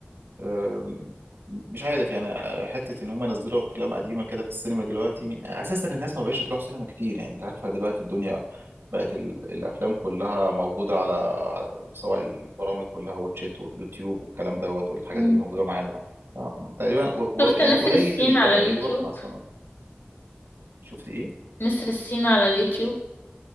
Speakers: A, on the right (about 80°); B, on the left (about 65°).
A: أم، مش عارف يعني آه، حته ان هم نزلوا افلام قديمه كده في السينما دلوقتي اساسا الناس ما بقتش تروح سينما كتير يعني انت عارفها دلوقتي الدنيا بقت ال... الافلام كلها موجوده على سواء البرامج كلها واتشات واليوتيوب والكلام دوت والحاجات
B: مم.
A: اللي موجوده معانا ف- تقريبا و... و...
B: شفت
A: يعني
B: نسر
A: قليل
B: السين
A: اللي
B: على
A: بقى
B: اليوتيوب
A: يروح مثلا شفت ايه
B: نسر السين على اليوتيوب